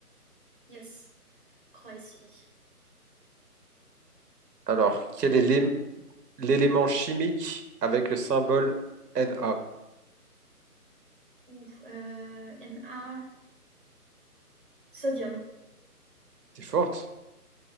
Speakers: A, on the right (about 35°); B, on the right (about 90°).
A: Yes, Croatie.
B: Alors, quel
A: Peut-être-
B: est l'é- l'élément
A: Oui.
B: chimique avec le symbole Na?
A: ou euh, Na, sodium.
B: T'es forte?